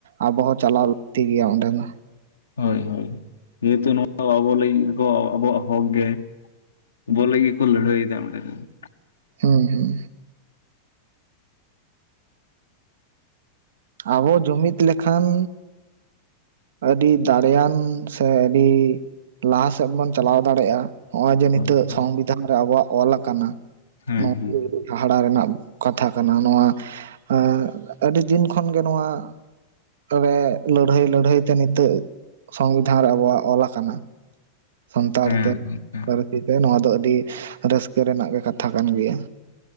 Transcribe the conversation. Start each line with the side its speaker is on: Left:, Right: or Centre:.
Right: ᱟᱵᱚ ᱦᱚᱸ ᱪᱟᱞᱟᱣ ᱞᱟᱹᱠᱛᱤ ᱜᱮᱭᱟ ᱚᱸᱰᱮ ᱫᱚ
Left: ᱦᱳᱭ ᱦᱳᱭ ᱡᱮᱦᱮᱛᱩ ᱱᱚᱣᱟ ᱟᱵᱚ ᱞᱟᱹᱜᱤᱫ ᱠᱚ ᱟᱵᱚᱣᱟᱜ ᱦᱚᱠ ᱜᱮ ᱵᱚᱞ ᱞᱟᱹᱜᱤᱛ ᱠᱚ ᱞᱟᱹᱭᱦᱟᱹᱭ ᱫᱟ ᱚᱸᱰᱮ ᱫᱚ ᱾
Right: ᱦᱩᱸ ᱦᱩᱸ ᱟᱵᱚ ᱡᱩᱢᱤᱫ ᱞᱮᱠᱷᱟᱱ ᱟᱹᱰᱤ ᱫᱟᱲᱮᱭᱟᱱ ᱥᱮ ᱟᱹᱰᱤ ᱞᱟᱦᱟ ᱥᱮᱫ ᱵᱚᱱ ᱪᱟᱞᱟᱣ ᱫᱟᱲᱮᱭᱟᱜᱼᱟ ᱱᱚᱜᱚᱭ ᱡᱮ ᱱᱤᱛᱚᱜ
Left: ᱦᱳᱭ ᱦᱳᱭ
Right: ᱥᱚᱝᱵᱤᱫᱷᱟᱱ ᱨᱮ ᱟᱵᱚᱣᱟᱜ ᱚᱞ ᱟᱠᱟᱱᱟ
Left: ᱦᱮᱸ
Right: ᱱᱚ
Left: ᱦᱮᱸ
Right: ᱦᱟᱦᱲᱟ ᱨᱮᱱᱟᱜ ᱠᱟᱛᱷᱟ ᱠᱟᱱᱟ ᱱᱚᱣᱟ ᱮ ᱟᱹᱰᱤ ᱫᱤᱱ ᱠᱷᱚᱱᱜᱮ ᱱᱚᱣᱟ ᱛᱚᱵᱮ ᱞᱟᱹᱲᱦᱟᱹᱭ ᱞᱟᱹᱲᱦᱟᱹᱭ ᱛᱮ ᱱᱤᱛᱚᱜ ᱥᱚᱝᱵᱤᱫᱷᱟᱱ ᱨᱮ ᱟᱵᱚᱣᱟᱜ ᱚᱞ ᱟᱠᱟᱱᱟ ᱥᱟᱱᱛᱟᱲᱛᱮ
Left: ᱦᱮᱸ ᱜᱚᱝᱠᱮ
Right: ᱯᱟᱹᱨᱥᱤ ᱛᱮ ᱱᱚᱣᱟ ᱫᱚ ᱟᱹᱰᱤ ᱨᱟᱹᱥᱠᱟᱹ ᱨᱮᱱᱟᱜ ᱜᱮ ᱠᱟᱛᱷᱟ ᱠᱟᱱ ᱜᱮᱭᱟ